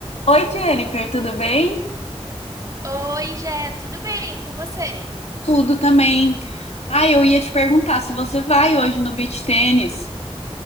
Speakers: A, on the left; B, on the right.
A: Oi, Jennifer, tudo bem?
B: Oi, Jé, tudo bem E com você?
A: Tudo também. Ah, eu ia te perguntar se você vai hoje no beach tênis.